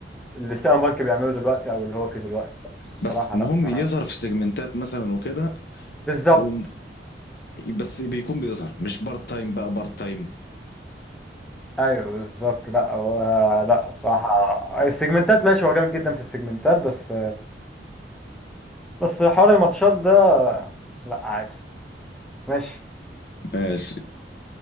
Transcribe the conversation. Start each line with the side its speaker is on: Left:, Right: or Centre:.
Centre: اللي سيلان بانك بيعمله دلوقتي او اللي هو فيه دلوقتي بس الصراحه
Left: بس مهم
Centre: لا آه.
Left: يظهر في سيجمنتات مثلا وكده
Centre: بالظبط
Left: و... بس بيكون بيظهر مش بارت تايم بقى بارت تايم
Centre: ايوه بالظبط لا هو لا الصراحه السيجمنتات ماشي هو جامد جدا في السيجمنتات بس بس حوار الماتشات ده لا عادي ماشي
Left: ماشي